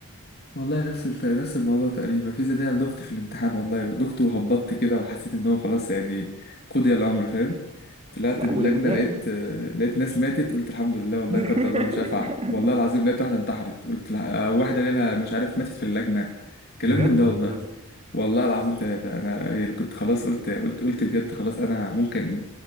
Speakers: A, on the left; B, on the right.
A: والله نفس الت... نفس الموضوع تقريبا الفيزا دي انا دخت في الامتحان والله دخت وهبطت كده وحسيت ان هو خلاص يعني قضي الامر فاهم طلعت
B: لا
A: من
B: والمراقب
A: اللجنه لقيت آه، لقيت ناس ماتت قلت الحمد لله والله
B: <laughs>
A: قدر الله ما شاء فعل والله العظيم لقيت واحده انتحرت قلت الح- آه، واحده جالها مش عارف ماتت في اللجنه كلام
B: بجد
A: من ده
B: ولا
A: والله
B: بهزر
A: والله العظيم ثلاثة أنا يعني كنت خلاص قلت قلت قلت بجد خلاص أنا ممكن